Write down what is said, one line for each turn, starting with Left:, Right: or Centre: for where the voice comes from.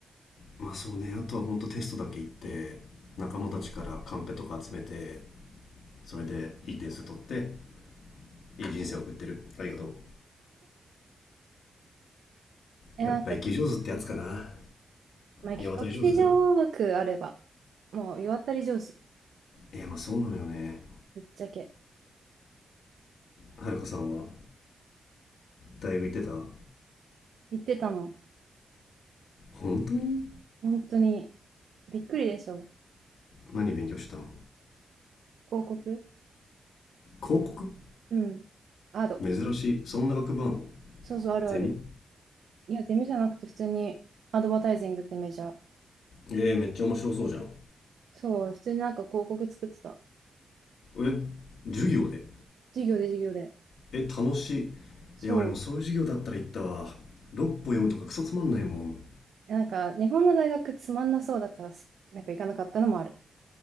Left: まあそうねあとはほんとテストだけ行って仲間たちからカンペとか集めてそれでいい点数取っていい人生を送ってるありがと
Right: え、
Left: うやっぱ生き上手ってやつかな
Right: なんか、まあ、企画書上枠あれば、
Left: 世渡り上手
Right: もう、世渡り上手。
Left: いやまあそうなのよね
Right: ぶっちゃけ。
Left: はるかさんは大学行ってた
Right: 言ってたの。
Left: 本当に
Right: 本当に、びっくりでしょ。
Left: 何勉強したの
Right: 広告
Left: 広告
Right: うん。アド。
Left: 珍しいそんな学部あんの
Right: そうそう、あるある。
Left: ゼミ
Right: いや、ゼミじゃなくて、普通に、アドバタイジングってメジャー。
Left: えー、めっちゃ面白そうじゃん
Right: そう、普通になんか広告作ってた。
Left: え授業で
Right: 授業で授業で。
Left: え楽しい
Right: そう。
Left: いや俺もそういう授業だったら行ったわ六歩読むとかクソつまんないもん
Right: え、なんか、日本の大学つまんなそうだからす、なんか行かなかったのもある。